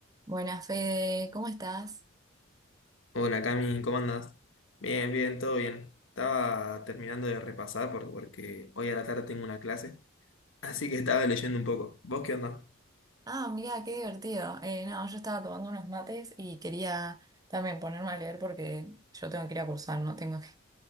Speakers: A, on the right (about 20°); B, on the left (about 65°).
A: Buenas, Fede, ¿cómo estás?
B: Hola Cami, ¿cómo andas? Bien, bien, todo bien. Estaba terminando de repasar por- porque hoy a la tarde tengo una clase, <laughs> así que estaba leyendo un poco. ¿Vos qué onda?
A: Ah, mira, qué divertido. Eh, no, yo estaba tomando unos mates y quería también ponerme a leer porque yo tengo que ir a cursar, no tengo que,